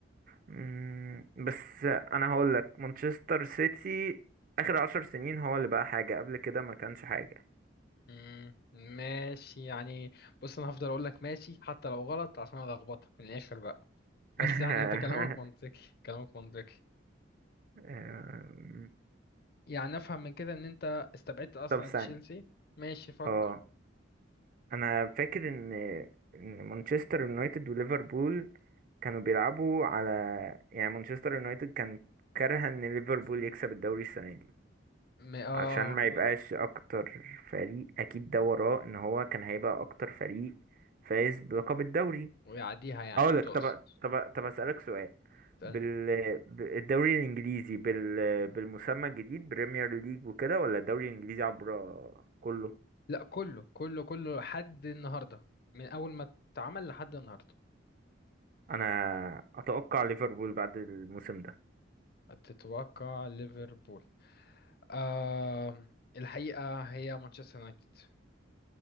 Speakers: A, on the right (about 45°); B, on the left (about 55°).
A: مم، بس انا هقول لك مانشستر سيتي اخر عشر سنين هو اللي بقى حاجة قبل كده ما كانش حاجة
B: مم، ماشي يعني بص انا هفضل اقول لك ماشي حتى لو غلط عشان الخبطك من الاخر بقى بس
A: <laughs>
B: يعني انت كلامك منطقي كلامك منطقي
A: أم،
B: يعني افهم من كده ان انت استبعدت اصلا
A: طب ثانية
B: تشيلسي ماشي فكر
A: اه انا فاكر ان ان مانشستر يونايتد وليفربول كانوا بيلعبوا على يعني مانشستر يونايتد كان كارهة ان ليفربول يكسب الدوري السنة دي
B: م... اه
A: علشان ما يبقاش اكتر فريق اكيد ده وراه ان هو كان هيبقى اكتر فريق فايز بلقب الدوري
B: ويعديها يعني
A: اقول لك
B: تقصد
A: طب طب طب اسالك سؤال
B: استنى
A: بال بالدوري الانجليزي بال بالمسمى الجديد بريمير ليج وكده ولا الدوري الانجليزي عبر كله
B: لا كله كله كله لحد النهارده من اول ما اتعمل لحد النهارده
A: انا اتوقع ليفربول بعد الموسم ده
B: تتوقع ليفربول آه الحقيقة هي مانشستر يونايتد